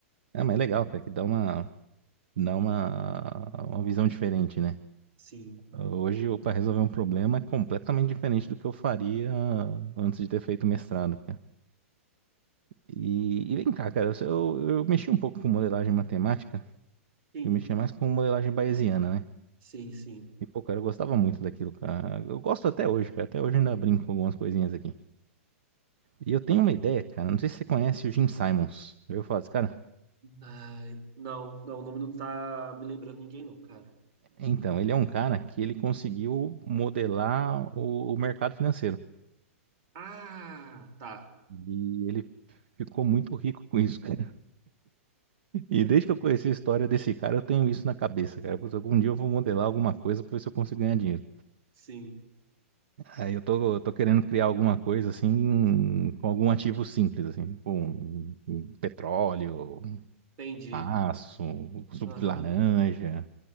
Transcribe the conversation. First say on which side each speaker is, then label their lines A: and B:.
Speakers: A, on the right; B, on the right.
A: É, mas é legal, cara, que dá uma, dá uma, uma visão diferente, né?
B: Sim.
A: Hoje, eu para resolver um problema é completamente diferente do que eu faria antes de ter feito o mestrado, cara. E, e vem cá, cara, eu, eu mexi um pouco com modelagem matemática,
B: Sim,
A: eu mexia mais com modelagem bayesiana, né?
B: sim, sim.
A: E, pô, cara, eu gostava muito daquilo, cara. Eu gosto até hoje, cara. Até hoje eu ainda brinco com algumas coisinhas aqui. E eu tenho uma ideia, cara. Não sei se você conhece o Jim Simons. Eu falo assim, cara.
B: Ai, não, não, o nome não tá me lembrando ninguém, não, cara.
A: Então, ele é um cara que ele conseguiu modelar o, o mercado financeiro.
B: Ah, tá.
A: E ele ficou muito rico com isso, cara. <laughs> E
B: <laughs>
A: desde que eu conheci a história desse cara, eu tenho isso na cabeça, cara. Putz, algum dia eu vou modelar alguma coisa pra ver se eu consigo ganhar dinheiro.
B: Sim,
A: Aí eu tô, eu tô querendo criar alguma coisa assim, com algum ativo simples, assim, tipo um, um petróleo, um
B: entendi.
A: aço, um suco
B: Aham.
A: de laranja.